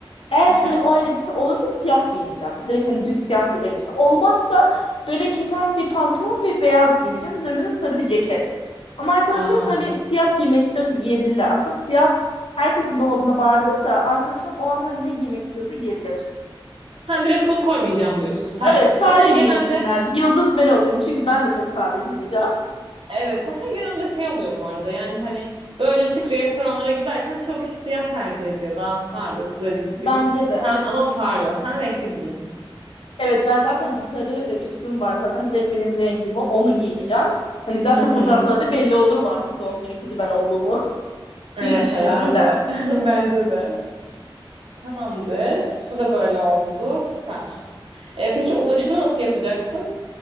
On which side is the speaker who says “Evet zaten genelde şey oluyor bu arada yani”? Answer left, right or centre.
Right